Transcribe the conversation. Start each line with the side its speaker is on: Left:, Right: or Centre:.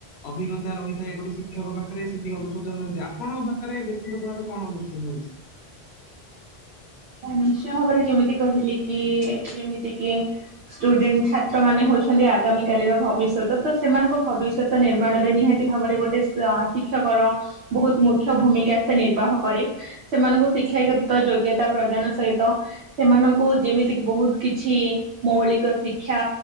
Left: ଅଭିଜ୍ଞତା ରହିଥାଏ, ଗୋଟେ ଶିକ୍ଷକ ପାଖରେ ସେତିକି ଅନୁଶୋଚନ ରହିଥାଏ ଆପଣଙ୍କ ପାଖରେ ବ୍ୟକ୍ତି ଭାରେ କଣ ଅନୁଷ୍ଚନ ଅଛି?
Right: ନିଶ୍ଚୟ ଭାବରେ ଯେମିତି କହିଲି କି ଯେମିତି କି ଷ୍ଟୁଡେଣ୍ଟ ଛାତ୍ର ମାନେ ହଉଛନ୍ତି ଆଗାମୀ କାଲିର ଭବିଷ୍ୟତ ତ ସେମାନଙ୍କ ଭବିଷ୍ୟତ ନିର୍ମାଣରେ ନିହାତି ଭାବରେ ଗୋଟେ ଶିକ୍ଷକ ବହୁତ ମୁଖ୍ୟ ଭୂମିକା ସେ ନିର୍ବାହ କରେ ସେମାନଙ୍କୁ ଶିକ୍ଷା୍ ଯୋଗ୍ୟତା ପ୍ର ାନ ସହିତ ସେମାନଙ୍କୁ ଯେମିତିକ ବହୁତ କିଛି ମୌଳିକ ଶିକ୍ଷା